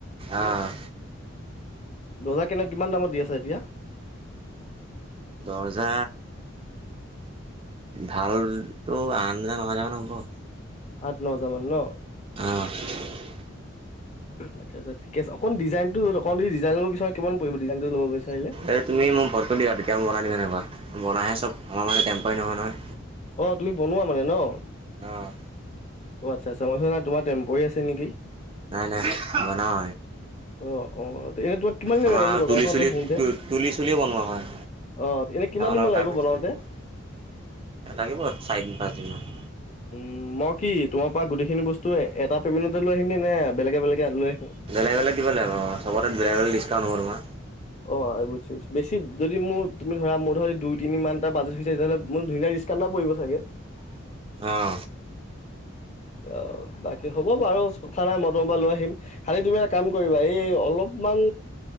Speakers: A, on the right (about 25°); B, on the left (about 35°).
A: আহ
B: দৰ্জা কেনেক কিমান দামত দি আছো এতিয়া
A: দৰ্জা ভালতো আঠ হাজাৰ ন হাজাৰ মানত হ'ব
B: আঠ ন হাজাৰ মান ন
A: <unintelligible>
B: আচ্ছা ঠিকে আছে অকন ডিজাইনটো অকমান যদি ডিজাইন লব বিচাৰে কিমান পৰিব ডিজাইন লব বিচাৰিলে।
A: এই তুমি মোক ভৰটো দিয়া তেতিয়া মই বনাই দিম এনেকোৱা বনাই আছো মই মানে টেম্পৰি নহয় নহয়
B: অ তুমি বনোৱা মানে ন।
A: অহ
B: অ আচ্ছা আচ্ছা তোমাৰ সেনা টেম্পৰি আছে নেকি
A: নাই নাই বনাও
B: অ' অ এতিয়া তোমাক কিমান দিন
A: আমাৰ
B: লাগিব মোৰ দৰ্জা
A: তুলি
B: কেখন
A: চুলি
B: হওতে
A: তুলি চুলিয়ে বনোৱা হয়
B: অ এনেই কিমান
A: ডাঙৰ
B: দিন
A: ডাঙৰ
B: মান লাগিব
A: কাৰ্পেট
B: বনাওতে
A: চাৰ্পেট বনোৱা লাগিব চাৰিদিন পাঁচদিন মান
B: উম মই কি তোমাৰ পৰা গোটেইখিনি বস্তু এটা পেমেণ্টতে লৈ আহিম নে বেলেগে বেলেগে লৈ আহিম।
A: বেলেগ বেলেগ দিব লাগিব চবতে বেলেগ বেলেগ ডিকাউণ্ট হ'ব তোমাৰ।
B: অ বুজিছো বেছি যদি মোৰ তুমি ধৰা মই ধৰা দুই তিনি মানটা বাজেট হৈ- তেতিয়া হ'লে মোৰ ধুনীয়া কান্না পৰিব চাগে
A: অ
B: অ বাকী হ'ব বাৰু ঠাণ্ডা বটল এটা লৈ আহিম খালি তুমি এটা কাম কৰিবা এই অলপমান